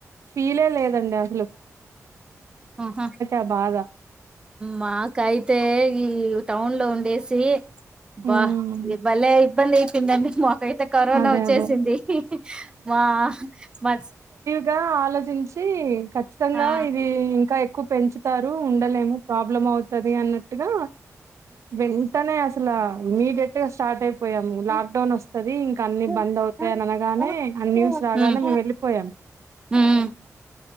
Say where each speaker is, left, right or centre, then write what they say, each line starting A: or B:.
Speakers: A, on the right; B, on the right.
A: ఫీలే లేదండి అ
B: అహ
A: ఆ బాధ
B: మాకాయితే ఈ టౌన్ లో ఉండేసి అబ్బా
A: ఉమ్
B: బలే ఇబ్బంది తింది అండి అయితే కరోనా
A: అదే
B: వచ్చేసింది
A: అదే
B: మా మా
A: గా ఆలోచించి ఇ ఖచ్చితంగా
B: ఆ
A: ఇది ఇంకా కు పెంచు టారు ఉండలేము ప్రాబ్లం అవు అన్నట్టుగా వెంటనే అసలు ఇమీడియట్ గా స్టార్ట్ అయిపోయాము
B: హ్మ్
A: లాక్డౌన్ వస్తుంది ఇ అన్ని
B: ఉమ్
A: బంద్ అవుతాయని అనగానే
B: ఉమ్
A: అ న్యూస్ రాగానే మేము వెళ్ళిపోయాం
B: ఉమ్